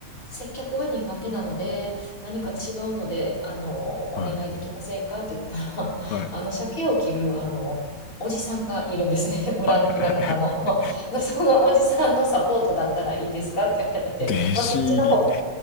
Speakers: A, on the left; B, on the left.
A: 接客は苦手なので、何か違うので、
B: うん
A: あの、
B: は
A: お願いできませんかって言ったら、
B: いはい。
A: <laughs> あの、鮭を切る、あの、おじさんがいるんですね。<laughs> 裏、
B: はいはいはいはい。
A: 裏方の。<laughs> そのおじさんのサポートだったらいいですかって言われて、
B: 弟子入り。
A: あ、そっちの方